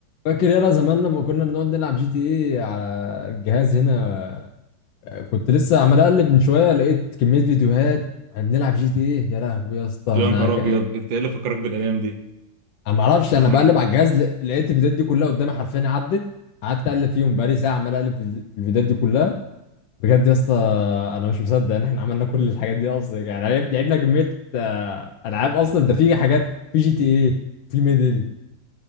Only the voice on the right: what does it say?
يا نهار
ابيض انت ايه اللي فكرك بالايام دي
ده حرام